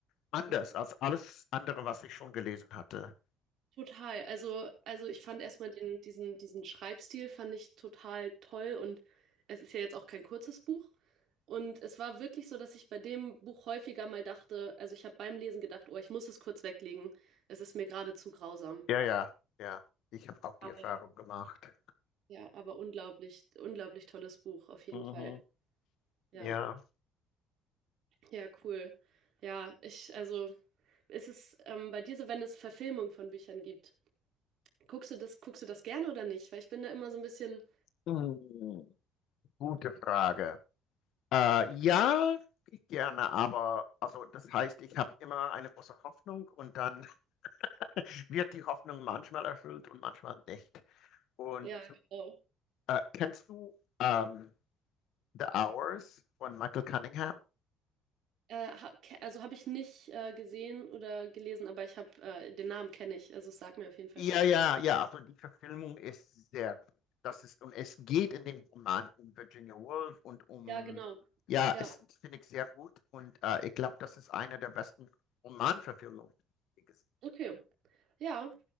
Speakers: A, on the left (about 70°); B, on the right (about 60°).
A: anders
B: Ja.
A: als alles andere, was ich schon gelesen hatte.
B: Total. Also, also ich fand erstmal den, diesen, diesen Schreibstil fand ich total toll und es ist ja jetzt auch kein kurzes Buch. Und es war wirklich so, dass ich bei dem Buch häufiger mal dachte, also ich habe beim Lesen gedacht, oh, ich muss es kurz weglegen. Es ist mir gerade zu grausam.
A: Ja, ja, ja, ich habe auch die
B: Aber
A: Erfahrung gemacht.
B: ja, aber unglaublich, unglaublich tolles Buch, auf jeden
A: Mhm.
B: Fall. Ja.
A: Ja.
B: Ja, cool. Ja, ich, also, ist es ähm, bei dir so, wenn es Verfilmung von Büchern gibt? Guckst du das, guckst du das gerne oder nicht? Weil ich bin da immer so ein bisschen,
A: Mhm. Gute Frage. Äh, ja, gerne, aber also das heißt, ich habe immer eine große Hoffnung und dann <laughs> wird die Hoffnung manchmal erfüllt und manchmal nicht. Und
B: ja, genau.
A: äh, kennst du ähm, The Hours von Michael Cunningham?
B: Äh, ha, ke- also habe ich nicht äh, gesehen oder gelesen, aber ich habe äh, den Namen kenne ich, also es sagt mir auf jeden Fall
A: Ja,
B: was.
A: ja, ja, also die Verfilmung ist sehr gut. Das ist, und es geht in dem Roman um Virginia Woolf und um,
B: Ja, genau.
A: ja,
B: Ja,
A: es das finde ich sehr gut und äh, ich glaube, das ist eine der besten Romanverfilmungen. die ich gesehen
B: okay. Ja,